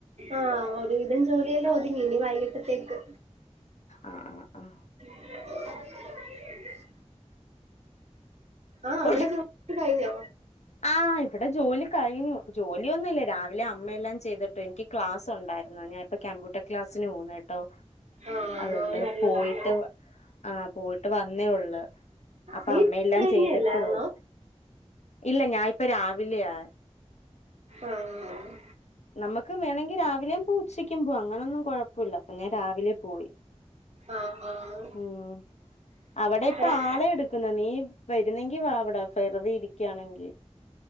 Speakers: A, on the right; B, on the left.
A: ആഹ് ഒരുവിധം ജോലിയെല്ലാം ഒതുങ്ങി നി വൈകിട്ടത്തേക്ക്
B: ആഹ് ആഹ് ആഹ്
A: <inaudible> ആഹ് അവിടെ
B: ഒതു
A: ജോലിയൊക്കെ കഴിഞ്ഞോ
B: ആഹ് ഇവിടെ ജോലി കഴിഞ്ഞു ജോലിയൊന്നുല്ല രാവിലെ അമ്മയെല്ലാം ചെയ്തിട്ടു എനിക്ക് ക്ലാസ് ഉണ്ടായിരുന്നു ഞാൻ ഇപ്പം കമ്പ്യൂട്ടർ ക്ലാസ്സിന് പോകുന്നു ട്ടോ
A: ആഹ് ആണോ
B: അതുകൊണ്ട്
A: നല്ലതാട്ടോ
B: പോയിട്ട് ആഹ് പോയിട്ട് വന്നേ ഒള്ള്. അപ്പ
A: നീ
B: അമ്മയെല്ലാം
A: കഴിഞ്ഞല്ലായിരുന്നോ
B: ചെയ്തിട്ട് പോവും. ഇല്ല ഞാനിപ്പ രാവിലെയാ
A: ആഹ്
B: നമുക്ക് വേണെങ്കി രാവിലും പോം ഉച്ചക്കുപോം അങ്ങനൊന്നുംകുഴപ്പം പ്പൊലാ അപ്പം ഞാൻ രാവിലെ പോയി
A: ആഹ് ആഹ്
B: ഉം അവിടെ ഇപ്പൊ
A: വരാം
B: ആളെ എടുക്ക ക്കുന്ന നീ വരുന്നെങ്കി വാ ഫെറുതെ ഇരിക്കുകയാണെങ്കിൽ